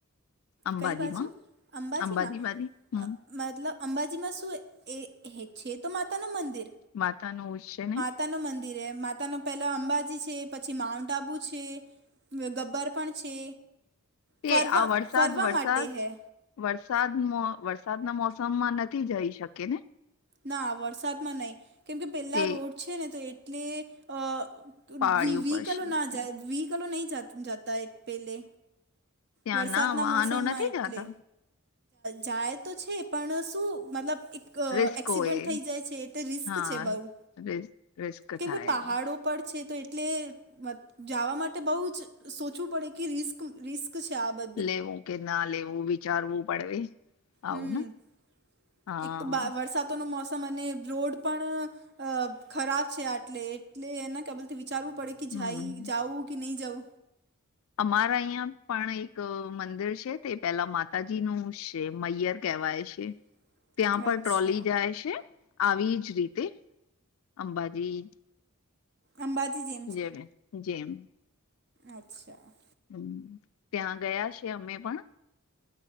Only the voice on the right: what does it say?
કઈ બાજુ અંબાજીમાં
અ, મતલબ અંબાજીમાં શું એ છે તો માતાનું મંદિર
માતા ન મંદિરે માતા નો પેલા અંબાજી છે પછી માઉન્ટ આબુ છે ગબ્બર પણ છે
ફરવા
ફરવા
માટે હૈ
ના વરસાદમાં નહી કેમ કે પેલા
રોડ છે ને તો એટલે અ તો
વ વીકલો
નાાય
વીકલો નહી જતા પહેલે
વરસાદના
મોસમમાં
એટલે
જાય તો છે પણ શું મતલબ એક અ
એક્સિડન્ટ
થઈ જાય છે તે રિસ્ક
છે બઉું
કેમ
કે પહાડો પડ છે તો એટલે જવા માટે બહુ જ સોચવું પડે કે રિસ્ક રિસ્ક છે આબ
હમ
એક તો વરસાદનું મોસમ અને રોડ પણ અ ખરાબ છે આટલે એટલે એને કે બલથી વિચારવું પડે
કે જાય જાઉ કે નહી જાઉ
<inaudible>
અચ્છા
અંબાજી
અચ્છા